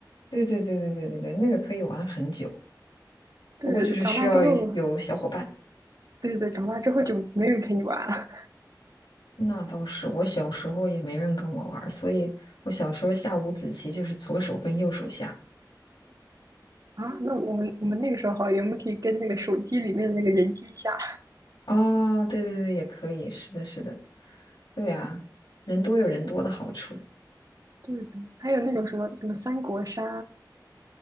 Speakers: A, on the left (about 85°); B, on the right (about 50°).
A: 对对对对对对对，那个可以玩很久，
B: 对，
A: 不过就是需要有小伙伴。
B: 长大之后，对对，长大之后就没人陪你玩了
A: 那倒是，我小时候也没人跟我玩儿所以我小时候下五子棋就是左手跟右手下。
B: 啊。那我们我们那个时候好一点，我们可以跟那个手机里面的那个人机下。
A: 哦，对对对，也可以，是的，是的，对呀，人多有人多的好处。
B: 对对，还有那种什么什么三国杀